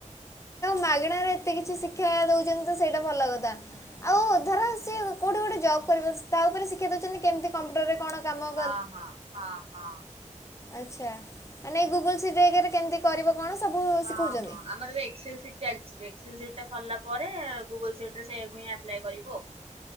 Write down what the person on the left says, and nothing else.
ମାଗଣାରେ ଏତେ କିଛି ଶିକ୍ା ଦଉଛନ୍ତି ତ ସେଇଟା ଭଲ କଥା
ଆଉ ଧର। ସେ କୋଉଠି ଗୋଟେ ଜବ୍ କରିବ ତା ଉପରେ ଶିକ୍ଷା ଦଉଛନ୍ତି କେମିତି କମ୍ପ୍ୟୁଟର ରେ କଣ। କାମ
ଆଛା ଗୁଗଲ ସି ବି ଏ କ୍ ରେ କେମତି କରିବ। କଣ ସବୁ
ଶିଖଉଛନ୍ତି?